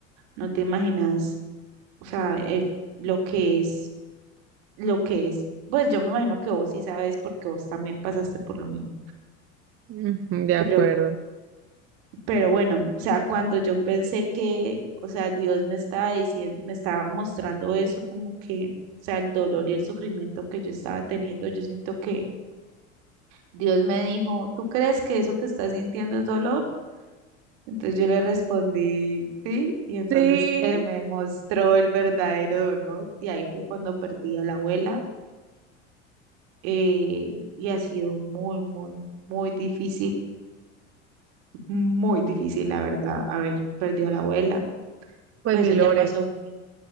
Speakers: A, on the right; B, on the right.
A: No te imaginas, o sea, el- lo que es, lo que es. Pues yo me imagino que vos sí sabes porque vos también pasaste por lo mismo.
B: Ujú, De acuerdo.
A: Pero Pero bueno, o sea, cuando yo pensé que, o sea, Dios me estaba diciendo, me estaba mostrando eso como que, o sea, el dolor y el sufrimiento que yo estaba teniendo, yo siento que Dios me dijo, ¿tú crees que eso que estás sintiendo es dolor? Entonces yo le respondí, sí, y entonces
B: Sí,
A: él me mostró el verdadero dolor y ahí fue cuando perdí a la abuela eh, y ha sido muy, muy, muy difícil, muy difícil, la verdad, haber perdido a la abuela.
B: pues
A: Pues
B: mi
A: eso
B: Lore,
A: ya pasó, fue